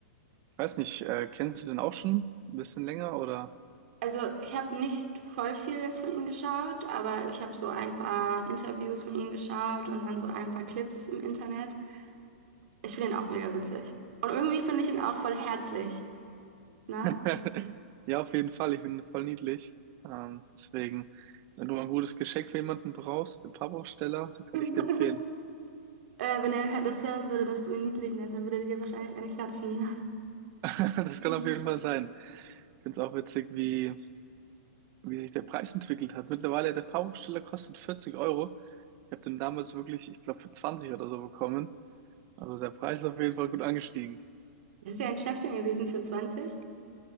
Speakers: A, on the right; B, on the right.
A: Ich weiß nicht, äh, kennst du den auch schon ein bisschen länger oder?
B: Also, ich habe nicht voll viel jetzt von ihm geschaut, aber ich habe so ein paar Interviews von ihm geschaut und dann so ein paar Clips im Internet. Ich finde ihn auch mega witzig. Und irgendwie finde ich ihn auch voll herzlich, ne?
A: <laughs> Ja, auf jeden Fall. Ich finde ihn voll niedlich. Ähm, deswegen, wenn du mal ein gutes Geschenk für jemanden brauchst, den Powersteller, den kann
B: <laughs>
A: ich dir empfehlen.
B: Äh, wenn er hö- das hören würde, dass du ihn niedlich nennst, dann würde er dir wahrscheinlich eine klatschen.
A: <laughs> Das
B: <laughs>
A: kann auf jeden Fall sein. Ich finde es auch witzig, wie, wie sich der Preis entwickelt hat. Mittlerweile, der Paarungssteller kostet 40 Euro. Ich habe den damals wirklich, ich glaube, für 20 oder so bekommen. Also der Preis ist auf jeden Fall gut angestiegen.
B: Das ist ja ein Schnäppchen gewesen für zwanzig